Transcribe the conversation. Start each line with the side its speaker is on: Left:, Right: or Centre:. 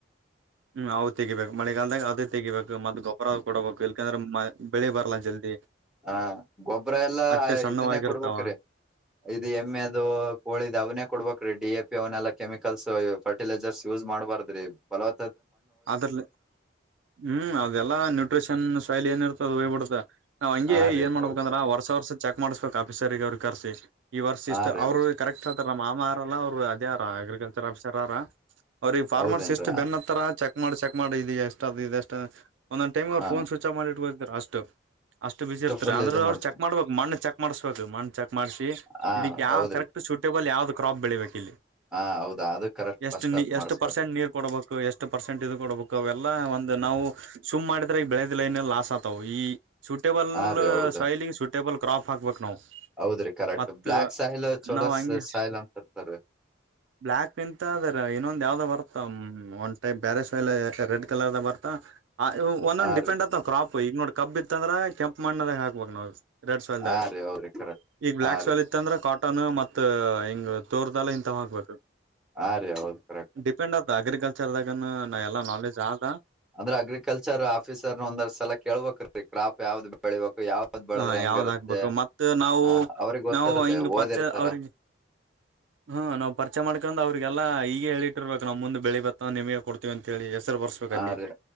Right: ಹ್ಮ ಅವು ತೆಗಿಬೇಕಕ್ ಮಳೆಗಾಲದಾಗ ಅದ ತೆಗಿಬೇಕು ಮತ್ತ್ ಗೊಬ್ಬರ ಕೊಡಬೇಕು ಯಕಂದ್ರೆ ಬೆಳಿ ಬರ್ಲ್ಲಾ ಜಲ್ದಿ
Centre: ಹ ಗೊಬ್ಬ್ರ ಎಲ್ಲಾ
Right: ಅಟ್ಟೆ ಸಣ್ಣವಾಗಿರ್ತಾವ
Centre: ಇದನ್ನೇ ಕೊಡ್ಬೇಕ್ರೀ ಇದು ಎಮ್ಮೆದು ಕೋಳಿದು ಅವನೇ ಕೊಡ್ಬೇಕ ಡಿ ಎ ಪಿ ಅವನೆೆಲ್ಲ ಕೆಮಿಕಲ್ಸ್ ಫಟಿಲೈಸರ್ಸ್ ಯೂಸ್ ಮಾಡ್ಬಾರ್ದ್ರಿಲವ
Right: ಅದ್ರಲೆ ಹ್ಮ್ ಅದೆಲ್ಲಾ ನ್ಯೂಟ್ರಿಷನ್ ಸಾಯಿಲ್ ಏನಿರುತ ಅದು ಹೋಗ್ಬಿಡ್ತ ನಾ್ ಹಂಗೆ
Centre: ಹಾ ರೀ
Right: ಏನ್ ಮಾಡ್ಬೇಕಂದ್ರ
Centre: ಹೌದ್
Right: ವರ್ಸ ವರ್ಷ ಚೆಕ್ ಮಾಡ್ಬೇಕಕ್ ಆಫೀಸರ್ಗ ಅವ್ರರು ಕರ್ಸಿ ಈ ವರ್ಷ ಇಷ್ಟು
Centre: ಹಾ ರೀ
Right: ಅವ್ರರು ಕರೆಕ್ಟ್ ಆತಾರ ನಮ್ಮ ಮಾಮ ಅರಲ್ಲ ಅವ್ರು ಅದೇರ ಅಗ್ರಿಕಲ್ಚರ್ ಆಫೀಸರ್ರ ಅವ್ರಿಗೆ ಫಾರ್ಮರ್ಸಿಸ್ಟ್
Centre: ಹೌದೇನ್ರಿ
Right: ಬೆನ್ನ ಹತ್ತಾರ ಚೆಕ್ ಮಾಡಿ ಚೆಕ್ ಮಾಡಿ ಇದ ಎಷ್ಟಾದ ಇ ಎಷ್ಟ ಒಂದೊಂದ ಟೈಮ್ರುಫೋನ್
Centre: ಹಾ
Right: ಸ್ಚ್ ಆ ಮಾಡಿಟ್ಟ ಬತ್ರುಷ್ಟು ಅಷ್ಟು ಬಿಸಿ ಇರ್ತಾರೆ
Centre: ಫುಲ್
Right: ಅಂದ್ರರು
Centre: ಇದು ಮಾಡ್ತರಿ
Right: ಅವ್ರು ಚೆಕ್ ಮಾಡ್ಬೇಕ ಮಣ್ಣ ಚೆಕ್ ಮಾಡ್ಸ್ಬೇಕ ಮಣ್ ಚೆಕ್ ಮಾಡ್ಸಿ
Centre: ಹಾ
Right: ಇದಕ್ ಯಾವ
Centre: ಹೌದ್ರಿ
Right: ಕರೆಕ್ಟ್ ಸೂಟೇಬಲ್ ಯಾವ್ದ ಕಾಪ್ ಬೆಳಿಬೇಕು ಇಲ್ಲಿ
Centre: ಹಾ ಹೌದಾ ಅದು ಕರೆಕ್ಟ್
Right: ಎಷ್ಟು
Centre: ಫಸ್ಟ್
Right: ನೀ
Centre: ಅದ್
Right: ಎಷ್ಟು
Centre: ಮಾಡಸ್ಬೇಕ್ರಿ
Right: ಪರ್ಸೆಂಟ್ ನೀರ್ ಕೊಡಬೇಕು ಎಷ್ಟು ಕೊಡಬೇಕು ಅವೆಲ್ಲಾ ಒಂದ್ ನಾವು ಸುಮ್ ಮಾಡಿದ್ರ ಈ ಬೆಳೆದಿಲ್ಲ ಲಾಸ್ ಆತಾವ್ ಈ ಸೂಟೇಬಲ್
Centre: ಹಾ ರೀ ಹೌದ
Right: ಸಾಯಲಿಗೆ ಸೂಟೇಬಲ್ ಕ್ರಾಪ್ ಹಾಕ್ಬೇಕು ನಾವು
Centre: ಹೌದ್ರಿ ಕರೆಕ್ಟ್
Right: ಮತ್
Centre: ಬ್ಲ್ಯಾಕ್ ಸೈಲ್ ಚೋಲ
Right: ನಾವ್ ಹಂಗೆ
Centre: ಸೈಲ್ ಅಂತ ಇರ್ತಾರರಿ
Right: ಬ್ಲ್ಯಾಕ್ ಇಂತ ಅದ್ರ ಇನ್ನೊಂದ್ ಯಾವ್ದ್ ಬರ್ತ ಒಂದ್ಟೈಪ್ ಬ್ಯಾರೆಲ್ ರೆಡ್ ಕಲರ್ದ ಬರ್ತಾ ಆ ಒಂದೊಂದು
Centre: ಹಾ
Right: ಡಿಪೆಂಡ್
Centre: ರೀ
Right: ಆತವ ಕ್ರಾಪ್ ಈ ನೋಡ್ ಕಬ್ ಇತ್ತಂದ್ರೆ ಕೆಂಪು ಮಣ್ಣದಾಗ ಹಾಕ್ಬಬೇಕ ನಾವವು ರೆಡ್ ಸವೆಲ್ದಾಗ
Centre: ಹಾ ರೀ ಹೌದ್ರಿ ಕರೆಕ್ಟ್
Right: ಈಗ ಬ್ಲ್ಯಾಕ್
Centre: ಹಾ
Right: ಸ್ವೆಲ್
Centre: ರೀ
Right: ಇತ್ತ ಅಂದ್ರೆ ಕಾಟನ್ ಮ ಹಿಂಗ್ ತೋರ್ದೆಲ್ಲ ಇ ಹಬೇಕು
Centre: ಹಾ ರೀ ಹೌದು ಕರೆಕ್ಟ್
Right: ಡಿಪೆಂಡ್ ಆ ಅಗ್ರಿಕಲ್ಚರ್ ಆದಾಗ ನಾ ಎಲ್ಲಾ ನಾಲೆಜ್ ಆದ
Centre: ಅಂದ್ರೆ ಅಗ್ರಿಕಲ್ಚರ್ ಆಫೀಸರ್ ನ ಒಂದ ಸಲ ಕೇಳ್ಬೇಕ್ರೀ ಕ್ರಾಪ್ ಯಾವ್ದ್ ಬೆಳಿಬೇಕು ಯಾವ್ದ್ ಬೆಳದ್ರೆ
Right: ಹಾ
Centre: ಹೆಂಗಿರುತ್ತೆ
Right: ಯಾವ್ದ ಆಗ್ಬೇಕು ಮತ್ತ ನಾವು
Centre: ಹ ಅವ್ರಿಗೆ ಗೊತ್ತಿರುತ್ತೆ
Right: ನಾವು ಹಿಂಗ
Centre: ಓದಿರ್ತಾರ
Right: ಪರಿಚೆ ಅವ್ರ ಹ್ಮ ನಾವ್ ಪರಿಚಯ ಮಾಡ್ಕ ಅವ್ರ ರಿಗೆಲ್ಲ ಈಗ ಹೇಳಿಟ್ಟರ್ಬೇಕ ನಮ್ಮ ಮುಂದ ಬೆಳಿ ಬತ್ತ ನಿಮಗೆ ಕೊಡ್ತವಿ ಅಂತ ಹೇಳಿ ಹೆಸರು ಬರ್ಸ್ಬೇಕ
Centre: ಹ
Right: ಅಲ್ಲಿ
Centre: ರೀ